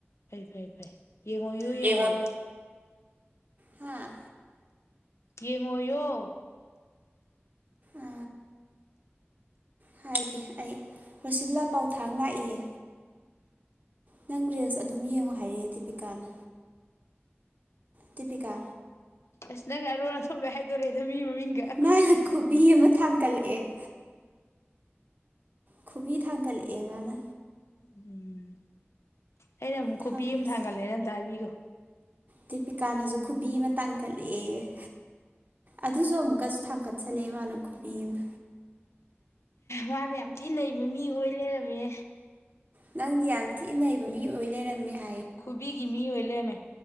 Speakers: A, on the left; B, on the right.
A: ꯐꯩ ꯐꯩ ꯌꯦꯡꯉꯣꯌꯨ ꯌꯦꯡꯉꯣꯌꯨ
B: ꯌꯦꯡꯉꯣ ꯍꯥ
A: ꯌꯦꯡꯉꯣ ꯌꫭ
B: ꯑ ꯍꯥꯏꯒꯦ ꯑꯩ ꯔꯣꯁꯤꯕꯤꯂꯥ ꯄꯥꯎꯊꯥꯡ ꯂꯥꯛꯏꯌꯦ ꯅꯪ ꯔꯤꯜꯁ ꯑꯗꯨꯝ ꯌꯦꯡꯉꯣ ꯍꯥꯏꯔꯛꯑꯦ ꯗꯤꯕꯤꯀꯥꯅ ꯇꯤꯄꯤꯀꯥ
A: ꯑꯁ ꯅꯪ ꯑꯔꯣꯟ ꯑꯊꯨꯝꯂꫭꯏ ꯍꯥꯏꯗꯣꯔꯦꯗ ꯃꯤ ꯃꯃꯤꯡꯒ
B: ꯃꯥꯅ ꯈꯨꯕꯤ ꯑꯃ ꯊꯥꯡꯒꯠꯂꯦ ꯑꯦ <unintelligible> ꯈꯨꯕꯤ ꯊꯥꯡꯒꯜ ꯂꯛꯑꯦ ꯃꯥ ꯅ
A: ꯎꯝ ꯑꯩꯅ ꯑꯃꯨꯛ
B: ꯊꯝꯁ
A: ꯈꯨꯕꯤ ꯑꯃ ꯊꯥꯡꯒꯠꯂꯦꯅ ꯑꯝꯇ ꯍꯥꯏꯕꯤꯈꯣ
B: ꯇꯦꯄꯤꯀꯥꯅꯁꯨ ꯈꯨꯕꯤ ꯑꯃ ꯇꯥꯡꯈꯠꯂꯛꯑꯦ ꯑꯗꯨꯁꯨ ꯑꯃꯨꯛꯀꯁꯨ ꯊꯥꯡꯀꯠꯁꯜꯂꯛꯑꯦ ꯃꯥꯅ ꯈꯨꯕꯤ ꯑꯃ
A: ꯃꯥꯅ ꯌꯥꯝ ꯊꯤꯅ ꯅꯩꯕ ꯃꯤ ꯑꯣꯏ ꯂꯩꯔꯝꯃꯦ
B: ꯅꯪꯗꯤ ꯌꯥꯝ ꯊꯤꯅ ꯅꯩꯕ ꯃꯤ ꯑꯣꯏ ꯂꯩꯔꯝꯃꯦ ꯍꯥꯏ
A: ꯕꯤꯒꯤ ꯃꯤ ꯑꯣꯏ ꯂꯩꯔꯝꯃꯦ